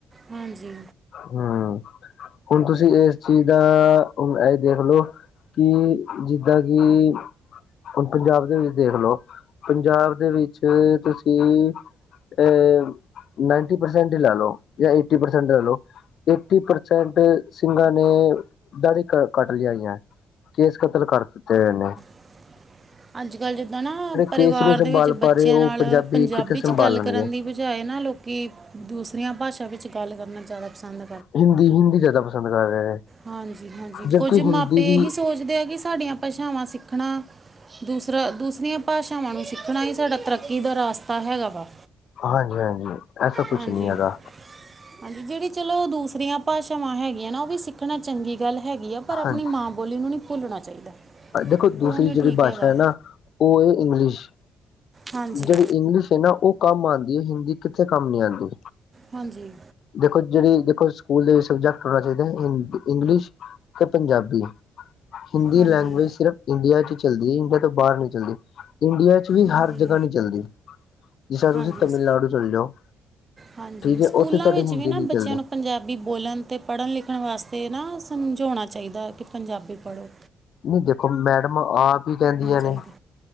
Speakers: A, on the right; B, on the left.
A: ਹਾਂਜੀ।
B: ਹੂੰ, ਹੁਣ ਤੁਸੀਂ ਇਸ ਚੀਜ਼ ਦਾ ਇਹ ਦੇਖ ਲਓ ਕਿ ਜਿੱਦਾਂ ਕਿ ਹੁਣ ਪੰਜਾਬ ਦੇ ਵਿੱਚ ਦੇਖ ਲਓ ਪੰਜਾਬ ਦੇ ਵਿੱਚ ਤੁਸੀਂ ਏ ਨਾਈਨਟੀ ਪਰਸੈਂਟ ਹੀ ਲਾ ਲਓ ਜਾਂ ਏਟੀ ਪਰਸੈਂਟ ਲਾ ਲਾਲੋ। ਏਟੀ ਪਰਸੈਂਟ ਸਿੰਘਾਂ ਨੇ ਦਾੜੀ ਕੱਟ ਲਿਆਈ ਹੈ। ਕੇਸ ਕਤਲ ਕਰ ਦਿੱਤੇ ਇਨੇ।
A: <unintelligible> ਅੱਜ-ਕੱਲ੍ਹ ਜਿੱਦਾਂ ਨਾ ਪਰਿਵਾਰ
B: ਕੇਸ ਨਹੀਂ ਸੰਭਾਲ
A: ਦੇ ਵਿੱਚ
B: ਪਾ
A: ਬੱਚਿਆਂ
B: ਰਹੇ ਉਹ
A: ਨਾਲ ਪੰਜਾਬੀ
B: ਕਿੱਥੇ ਸੰਭਾਲਣਗੇ
A: ਚ ਗੱਲ ਕਰਨ ਦੀ ਜਾਏ ਨਾ ਲੋਕੀ ਦੂਸਰੀਆਂ ਭਾਸ਼ਾ ਵਿੱਚ ਗੱਲ ਕਰਨਾ ਜ਼ਿਆਦਾ ਪਸੰਦ
B: ਹਿੰਦੀ-ਹਿੰਦੀ ਜ਼ਿਆਦਾ ਪਸੰਦ ਕਰ ਰਹੇ।
A: ਹਾਂਜੀ-ਹਾਂਜੀ,
B: ਜਬਕਿ
A: ਕੁੱਝ ਮਾਪੇ
B: ਹਿੰਦੀ ਦੀ
A: ਇਹੀ ਸੋਚਦੇ ਆ ਕਿ ਸਾਡੀਆਂ ਭਾਸ਼ਾਵਾਂ ਸਿੱਖਣਾ। ਦੂਸਰਾ-ਦੂਸਰੀਆਂ ਭਾਸ਼ਾਵਾਂ ਨੂੰ ਸਿੱਖਣਾ ਹੀ ਸਾਡਾ ਤਰੱਕੀ ਦਾ ਰਸਤਾ ਹੈਗਾ ਵਾ।
B: ਹਾਂਜੀ ਹਾਂਜੀ ਐਸਾ ਕੁਛ
A: ਹਾਂਜੀ-ਹਾਂਜੀ,
B: ਨਹੀਂ ਹੈਗਾ
A: ਜਿਹੜੀ ਚਲੋ ਦੂਸਰੀਆਂ ਭਾਸ਼ਾਵਾਂ ਹੈਗੀਆਂ ਨਾ ਉਹ ਵੀ ਸਿੱਖਣਾ ਚੰਗੀ ਗੱਲ ਹੈਗੀ ਆ ਪਰ ਆਪਣੀ
B: ਹਾਂਜੀ
A: ਮਾਂ ਬੋਲੀ ਨੂੰ ਨਹੀਂ ਭੁੱਲਣਾ ਚਾਹੀਦਾ,
B: ਦੇਖੋ ਦੂਸਰੀ
A: ਉਹ ਨਹੀਂ
B: ਜਿਹੜੀ
A: ਠੀਕ
B: ਭਾਸ਼ਾ
A: ਹੈਗਾ।
B: ਹੈ ਨਾ ਉਹ ਏ ਇੰਗਲਿਸ਼।
A: ਹਾਂਜੀ
B: ਜਿਹੜੀ ਇੰਗਲਿਸ਼ ਹੈ ਨਾ ਉਹ ਕੰਮ ਆਉਂਦੀ ਹੈ ਹਿੰਦੀ ਕਿੱਥੇ ਕੰਮ ਨੀ ਆਉਂਦੀ।
A: ਹਾਂਜੀ।
B: ਦੇਖੋ ਜਿਹੜੀ ਦੇਖੋ ਸਕੂਲ ਦੇ ਸਬਜੈਕਟ ਹੋਣਾ ਚਾਹੀਦਾ ਇੰਗਲਿਸ਼ ਤੇ ਪੰਜਾਬੀ। ਹਿੰਦੀ
A: ਹਾਂਜੀ
B: ਲੈਂਗੁਏਜ ਸਿਰਫ ਇੰਡੀਆ ਚ ਚੱਲਦੀ ਏ ਬੱਟ ਬਾਰ ਨੀ ਚੱਲਦੀ, ਇੰਡੀਆ ਚ ਵੀ ਹਰ
A: ਹਾਂਜੀ
B: ਜਗ੍ਹਾ ਨੀ ਚੱਲਦੀ, ਜਿਸ ਤਰਾ ਤੂਸੀ
A: ਹਾਂਜੀ
B: ਤਾਮਿਲਨਾਡੂ ਚਲੇ ਜਾਓ।
A: ਹਾਂਜੀ,
B: ਠੀਕ
A: ਸੂਕੂਲਾਂ
B: ਹੈ ਉੱਥੇ ਤੁਹਾਡੀ
A: ਵਿੱਚ
B: ਹਿੰਦੀ
A: ਵੀ ਨਾ
B: ਨਹੀਂ
A: ਬੱਚੇਆਂ
B: ਚੱਲਦੀ
A: ਨੂੰ ਪੰਜਾ ਬੀ ਬੋਲਨ ਤੇ ਪਢਨ-ਲਿਖਣ ਵਾਸਤੇ ਨਾ ਸਮਝੌਣਾ ਚਾਈਦਾ ਕਿ ਪੰਜਾਬੀ ਪੜੋ।
B: ਨੀ ਦੇਖੋ ਮੈਡਮ ਆਪ ਈ ਕੈੰਦੀਆਂ ਨੇ
A: ਚਾਹੀਦੇ